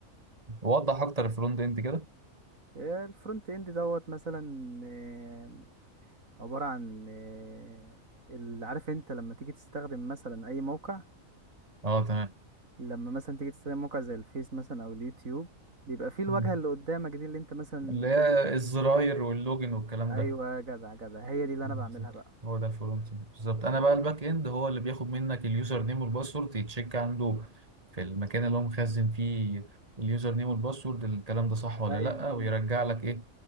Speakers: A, on the right (about 25°); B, on the right (about 80°).
A: وضح اكتر الفرونت اند كده
B: آه، الفرونت اند دوت مثلا آه، عبارة عن آه، ال- عارف انت لما تيجي تستخدم مثلا اي موقع
A: اه تمام
B: لما مثلا تيجي تستخدم موقع زي الفيس مثلا او اليوتيوب بيبقى فيه الواجهة
A: مم.
B: اللي قدامك دي اللي انت مثلا
A: اللي
B: بتشوف
A: هي الزراير
B: فيديوهات
A: واللوجن والكلام
B: ايوه
A: ده
B: جدع جدع هي دي اللي
A: بالظبط
B: انا بعملها بقى
A: هو ده الفرونت اند بالظبط انا بقى الباك اند هو اللي بياخد منك اليوزر نيم والباسورد يتشيك عنده في المكان اللي هو مخزن فيه اليوزر نيم والباسورد الكلام ده صح ولا
B: ايوه
A: لا
B: ايوه
A: ويرجع لك ايه